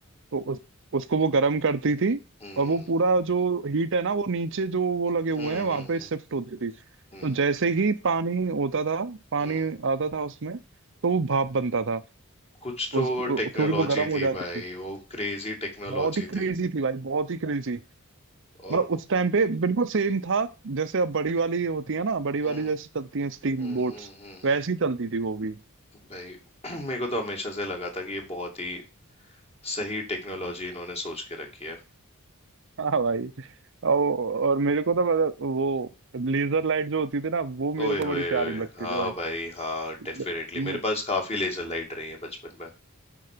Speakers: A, on the right; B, on the left.
A: तो उस, उसको वो गर्म करती थी
B: हम्म
A: और वो पूरा जो हीट है ना वो नीचे जो वो लगे हुए
B: हम्म
A: हैं वहां
B: हम्म
A: पे शिफ्ट होती थी
B: हम्म
A: तो जैसे ही पानी होता था पानी
B: हम्म
A: आता था उसमें तो वो भाप बनता था
B: कुछ तो
A: उस क्योंकि
B: टेक्नोलॉजी
A: वो गर्म हो
B: थी
A: जाती
B: भाई
A: थी
B: वो क्रेजी टेक्नोलॉजी
A: बहुत ही क्रेजी
B: थी
A: थी भाई बहुत ही क्रेजी
B: और
A: मतलब उस टाइम पे बिल्कुल सेम था जैसे अब बड़ी वाली होती है ना बड़ी वाली
B: हम्म
A: जैसे चलती है स्टीम
B: हम्म
A: बोट्स
B: हम्म हम्म, हम्म,
A: वैसी चलती थी वो भी
B: भाई <clears throat> मेरे को तो हमेशा से लगा था कि ये बहुत ही सही टेक्नोलॉजी इन्होंने सोच के रखी है
A: हाँ भाई और, और मेरे को तो मतलब वो लेजर लाइट जो होती थी ना वो मेरे
B: ओए
A: को
B: होए
A: बड़ी प्यारी
B: होए
A: लगती
B: हाँ
A: थी भाई
B: भाई हाँ
A: हम्म,
B: डेफिनेटली मेरे पास काफी लेजर लाइट रही है बचपन में